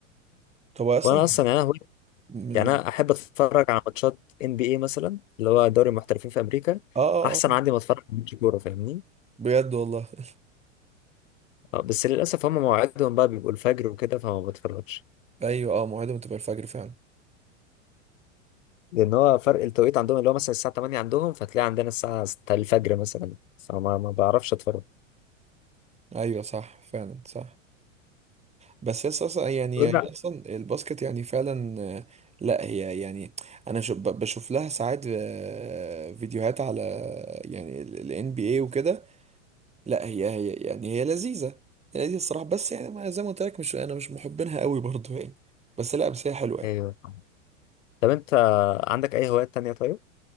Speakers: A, on the right (about 15°); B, on the left (about 70°).
A: طب هو اصلا
B: وانا اصلا يعني أنا
A: من
B: يعني انا احب اتفرج على ماتشات ان بي اي مثلا اللي هو دوري المحترفين في امريكا
A: اه آه،
B: احسن
A: آه.
B: عندي ما اتفرج على ماتش كوره فاهمني
A: بجد والله <laughs>
B: آه، بس للاسف هم مواعيدهم بقى بيبقوا الفجر وكده فما بتفرجش
A: ايوه اه موعدهم تبقى الفجر فعلا
B: لان هو فرق التوقيت عندهم اللي هو مثلا الساعه 8 عندهم فتلاقي عندنا الساعه 6 الفجر مثلا فما ما بعرفش اتفرج
A: ايوه صح فعلا صح بس هي اصلا يعني
B: قول
A: هي
B: لا
A: اصلا الباسكت يعني فعلا آه، لا هي يعني انا شو- ب- بشوف لها ساعات آه، فيديوهات على يعني الان بي اي وكده لا هي هي يعني هي لذيذه هي لذيذه الصراحه بس يعني ما- زي ما قلت لك مش انا مش محبينها قوي برضو يعني بس لا بس هي حلوه يعني
B: ايوه طب انت عندك اي هوايات تانية طيب